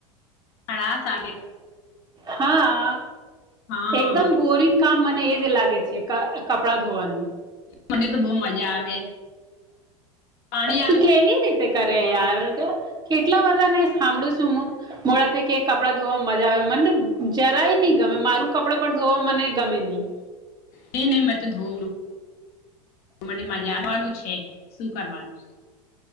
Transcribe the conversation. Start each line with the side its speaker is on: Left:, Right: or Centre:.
Left: હણા સાલગે
Right: હા
Left: હા
Right: એકદમ બોરિંગ કામ મને એજ લાગે છે કપડા ધોવાનું.
Left: મને તો બહ મજા આવે. પાણી આવે
Right: તું કેવી રીતે કરે
Left: ધોવામાં
Right: યાર કે કેટલા બધાને સાંભળું છું મુ. મોડા કે-કે કપડાં ધોવા મજા આવે મને તો જરાય નહીં ગમે મારું કપડાં પણ ધોવા મને ગમે નહીં.
Left: ન નહી મેં તો ધો મને મજા આવવાનું છે શું કરવાનું.